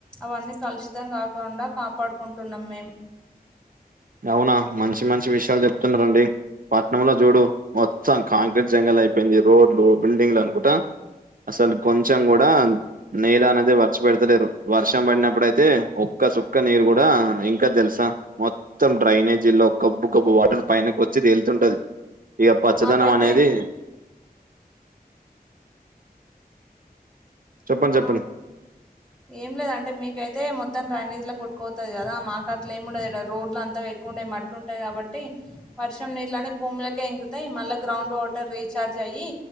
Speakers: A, in the centre; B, on the right.
A: అవన్నీ కలుషితం కాకుండా కాపాడుకుంటున్నాం మేము
B: అవునా మంచి మంచి విషయాలు చెప్తున్నారండి పట్నంలో చూడు మొత్తం కాంక్రీట్ జంగల్ అయిపోయింది రోడ్లు బిల్డింగ్లు అనుకుంటా అసలు కొంచెం కూడా నేదా అనేదే వర్చి పెడతలేరు వర్షం పడినప్పుడుయితే ఒక్క చుక్క నీరు కూడా ఇంకదు తెలుసా మొ మొత్తం డ్రైనేజీ లో గబ్బు గబ్బు వాటర్ పైనికి వచ్చి తేలుతుంటది ఇక పచ్చదనం
A: మాకైతే
B: అనేది చెప్పండి చెప్పండి
A: ఆ ఏం లేద్ అంటే మీకైతే మొత్త మొత్తం డ్రనేజ్ లకు కొట్టుకపోతది కదా మాకు అట్ల ఏముండదు ఈడ రోడ్లు అంతా ఎక్కువుండాయి అంత మట్టు ఉంటది కాబట్టి వర్షం నీళ్ అన్ని భూములకే ఇంగుతయి మళ్ళా గ్రౌండ్ వాటర్ రీచార్జ్ అయ్యి